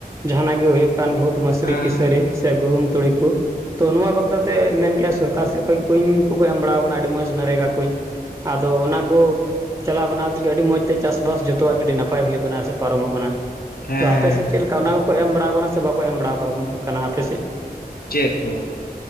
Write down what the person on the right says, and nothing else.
ᱡᱟᱦᱟᱱᱟᱜ ᱜᱮ ᱦᱩᱭᱩᱜ ᱠᱟᱱ ᱵᱷᱩᱴ, ᱢᱟᱹᱥᱨᱤ,
ᱠᱤᱥᱟᱹᱨᱤ ᱥᱮ ᱜᱩᱦᱩᱢ, ᱛᱩᱲᱤ ᱠᱚ ᱛᱚ ᱱᱚᱣᱟ ᱵᱟᱠᱷᱨᱟᱛᱮ ᱢᱮᱱ ᱠᱮᱜ-ᱟ ᱥᱚᱨᱠᱟᱨ ᱥᱮᱫ ᱠᱷᱚᱡ ᱠᱩᱧ ᱠᱚᱠᱚ ᱮᱢ ᱵᱟᱲᱟᱣ ᱠᱟᱱᱟ ᱟᱹᱰᱤ ᱢᱚᱡᱽ ᱱᱟᱨᱮᱜᱟ ᱠᱩᱧ, ᱟᱫᱚ ᱚᱱᱟ ᱠᱚ ᱪᱟᱞᱟᱣ ᱵᱮᱟᱱᱟᱣ ᱛᱮᱜᱮ ᱟᱹᱰᱤ ᱢᱚᱸᱡᱽ ᱛᱮ ᱪᱟᱥᱵᱟᱥ ᱡᱚᱛᱚᱣᱟᱜ ᱜᱮ ᱟᱹᱰᱤ ᱱᱟᱯᱟᱭ ᱦᱩᱭᱩᱜ ᱠᱟᱱᱟ ᱥᱮ ᱯᱟᱨᱚᱢᱚᱜ ᱠᱟᱱᱟ,
ᱛᱚ
ᱟᱯᱮ ᱥᱮᱫ ᱪᱮᱫ ᱞᱮ ᱠᱟ ᱚᱱᱟ ᱠᱚᱠᱚ ᱮᱢ ᱵᱟᱲᱟᱣ ᱟᱠᱚ ᱠᱟᱱᱟ ᱥᱮ ᱵᱟᱠᱚ ᱮᱢ ᱵᱟᱲᱟᱣ ᱟᱠᱟ ᱠᱟᱱᱟ ᱟᱯᱮ ᱥᱮᱫ?